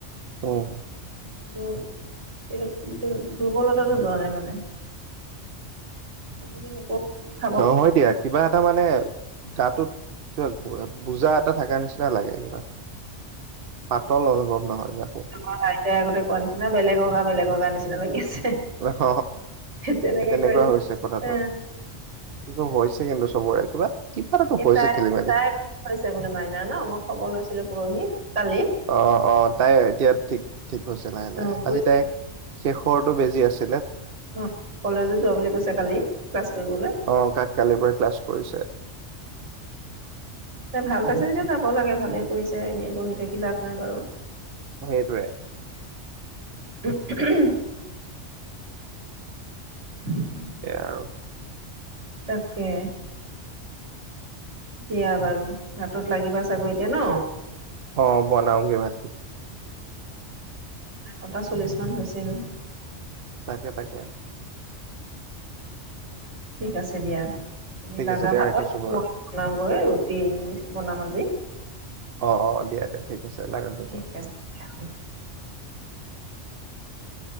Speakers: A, on the right; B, on the right.
A: অ'
B: কিন্তু এইটো যটো দুৰ্বলতাটো যোৱা নাই মানে। কোনোদিন একো খাব
A: হয় দিয়া, কিবা এটা মানে তাতো কিবা বুজা এটা থকা নিচিনা লাগে কিবা। পাতল অনুভৱ নহয় গাটো
B: আমাৰ আইট আগতে কোৱা নিচিনা বেলেগৰ গা বেলেগৰ গা নিচিনা না লাগি আছে।
A: হ
B: তেনেকে
A: সেই তেনেকুৱা
B: কয় যে
A: হৈছে কথাটো।
B: অ
A: এই হৈছে কিন্তু চবৰে কিবা কিবা এটাতো
B: ই
A: হৈছে
B: তাই
A: খেলি মেলি
B: তাই হৈছে বোলে মাইনা ন মই খবৰ লৈছিলো পৰহি কালি
A: অ অ তাই এতিয়া ঠিক ঠিক হৈছে নাহ
B: অ
A: নাই
B: কৈছে
A: আজি তাই শেষৰ বেজি আছে
B: অ কলেজো যোৱা বুলি কৈছে কালি ক্লাছ কৰিবলৈ
A: অ কাক কালিৰ পৰা ক্লাছ কৰিছে
B: ত ভাল পাইছ যেতিয়া য হব লাগে ভালেই কৰিছে এনেই বহি থাকি লাভ নাই বাৰু
A: অ' সেইটোৱে।
B: <unintelligible> উম <unintelligible>
A: সেইয়াই আৰু।
B: তাকে। দিয়া বাৰু, ভাতত লাগিবা চাগৈ এতিয়া ন।
A: অ' বনাওঁগে ভাত।
B: এটা চল্লিশ মান হৈছেই নহয়
A: তাকে তাকে
B: ঠিক আছে দিয়া তুমি
A: ঠিক
B: লাগা
A: আছে দে
B: ভাতত
A: ৰাখিছো বাৰু
B: মই বনাওগৈ ৰুটি বনাম আজি
A: অ অ ছে লাগে তজোৱা
B: ঠিক আছে দিয়া
A: <inaudible>